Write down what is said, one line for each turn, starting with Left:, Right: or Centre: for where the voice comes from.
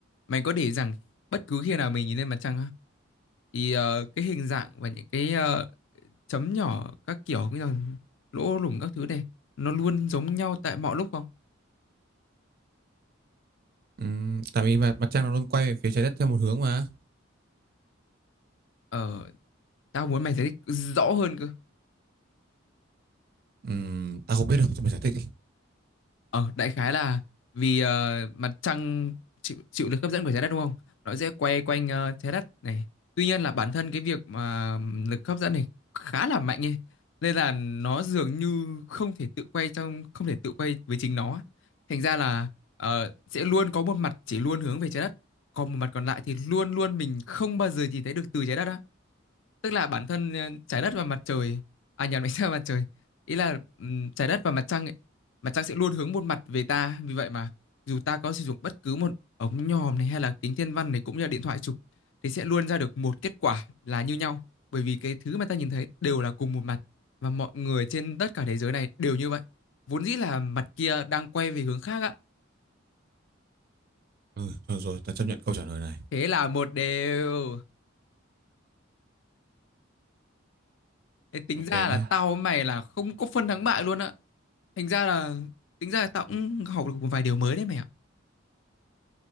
Left: mày có để ý rằng bất cứ khi nào mình nhìn lên mặt trăng á thì ờ, cái hình dạng và những cái ờ, chấm nhỏ các kiểu cũng như là lỗ lủng các thứ này nó luôn giống nhau tại mọi lúc không
Right: Ừm, tại vì mà mặt trăng nó luôn quay về phía trái đất theo một hướng mà.
Left: ờ Tao muốn mày giải thích rõ hơn cơ.
Right: Ừm, ta không biết đâu, thôi mày giải thích đi.
Left: Ờ, đại khái là vì ờ, mặt trăng chịu chịu lực hấp dẫn của trái đất đúng không? Nó sẽ quay quanh ờ, trái đất này. Tuy nhiên là bản thân cái việc mà lực hấp dẫn này khá là mạnh ấy. Nên là nó dường như không thể tự quay trong không thể tự quay với chính nó. ấy. Thành ra là ờ, sẽ luôn có một mặt chỉ luôn hướng về trái đất, còn một mặt còn lại thì luôn luôn mình không bao giờ nhìn thấy được từ trái đất á. tức là bản thân ờ, trái đất và mặt trời à nhầm <laughs> ánh sao và mặt trời ý là ừm, trái đất và mặt trăng ấy, mặt trăng sẽ luôn hướng một mặt về ta vì vậy mà dù ta có sử dụng bất cứ một ống nhòm này hay là kính thiên văn này cũng như là điện thoại chụp thì sẽ luôn ra được một kết quả là như nhau bởi vì cái thứ mà ta nhìn thấy đều là cùng một mặt và mọi người trên tất cả thế giới này đều như vậy vốn dĩ là mặt kia đang quay về hướng khác á,
Right: Ừ, thôi rồi, ta chấp nhận câu trả lời này.
Left: thế là một đều thế tính
Right: Ok
Left: ra là
Right: nhá.
Left: tao với mày là không có phân thắng bại luôn á Thành ra là tính ra là tao cũng học được một vài điều mới đấy mày ạ.